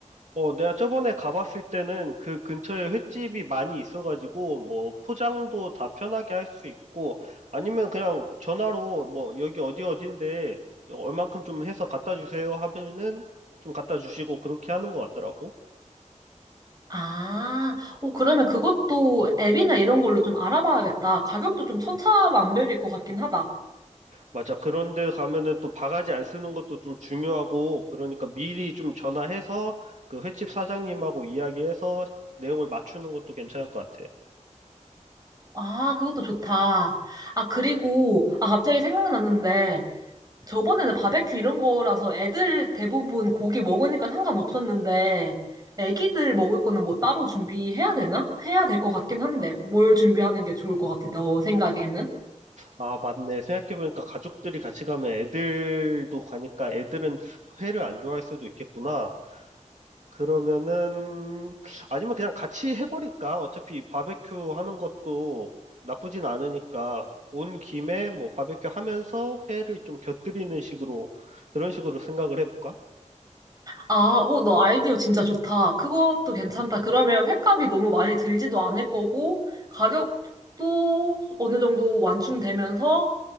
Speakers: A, on the right; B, on the right.
A: 어, 내가 저번에 가봤을 때는 그 근처에 횟집이 많이 있어가지고 뭐 포장도 다 편하게 할 수 있고 아니면 그냥 전화로 뭐 여기 어디 어딘데 얼만큼 좀 해서 갖다 주세요 하면은 좀 갖다 주시고 그렇게 하는 것 같더라고.
B: 아, 오, 그러면 그것도 앱이나 이런 걸로 좀 알아봐야겠다. 가격도 좀 천차만별일 것 같긴 하다.
A: 맞아. 그런데 가면은 또 바가지 안 쓰는 것도 좀 중요하고, 그러니까 미리 좀 전화해서 그 횟집 사장님하고 이야기해서 내용을 맞추는 것도 괜찮을 것 같아.
B: 아, 그것도 좋다. 아, 그리고, 아, 갑자기 생각났는데, 저번에는 바베큐 이런 거라서 애들 대부분 고기 먹으니까 상관없었는데, 애기들 먹을 거는 뭐 따로 준비해야 되나? 해야 될 것 같긴 한데, 뭘 준비하는 게 좋을 것 같아, 너 생각에는?
A: 아, 맞네. 생각해보니까 가족들이 같이 가면 애들도 가니까 애들은 회를 안 좋아할 수도 있겠구나. 그러면은, 아니면 그냥 같이 해버릴까? 어차피 바베큐 하는 것도 나쁘진 않으니까. 온 김에 뭐 바베큐 하면서 회를 좀 곁들이는 식으로, 그런 식으로 생각을 해볼까?
B: 아, 오, 너 아이디어 진짜 좋다. 그것도 괜찮다. 그러면 횟값이 너무 많이 들지도 않을 거고, 가격도 어느 정도 완충되면서,